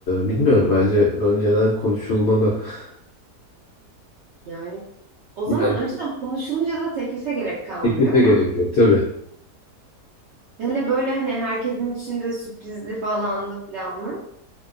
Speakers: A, on the left; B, on the right.
A: bilmiyorum bence önceden konuşulmalı. <laughs>
B: Yani o zaman
A: Yani
B: önceden konuşulunca da teklife gerek kalmıyor
A: teklife
B: ama
A: gerek yok tabii.
B: hele böyle hani herkesin içinde sürprizli falandı filanlı.